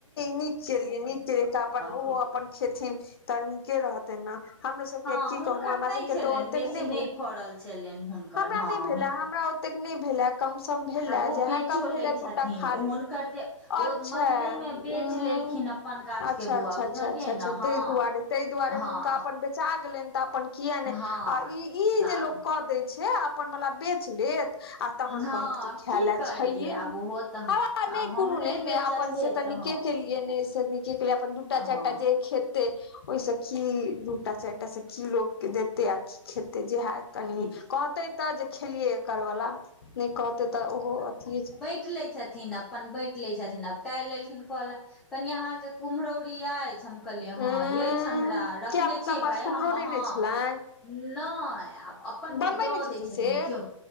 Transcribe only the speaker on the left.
नीक केलियै नीक केलियै तऽ अपन ओहो
अपन खेथिन तऽ के रहतै ने हमरो सबके
की
कहू हमरा
सबके
तो ओतेक
नय
भेल
<inaudible>
हमरा
नय भेल
हमरा ओतेक नय भेले कम सम भेलै
जेहा
कम
भेल ह
दूटा खा लेलु
अच्छा
ऊ
अच्छा
अच्छा
अच्छा अच्छा
तय दुआरे तय दुआरे
हुनका अपन बेचा गेलैन तऽ अपन किया नय
आ ई ई
जे लोक कऽ दै छै अपन वला बेच लेत आ तहन
कहत कि
खाय
ले
छैे
नय
आ नय
कोनो
नय ने
अपन से त
के केलिए एने से ओने के अपन दूटा चारिटा
जे खेत त ओहिसँखी दूटा चारि टा खी लोक के देते आ की खेते जेहे कनि
कहते तऽ जे खेलियै एकर बला नहि कहते तऽ ओहो अथिये छै
उंम्म
किया हुनका
पास
कुम्हरोरी
नहि छलनि
बनबै
नहि
से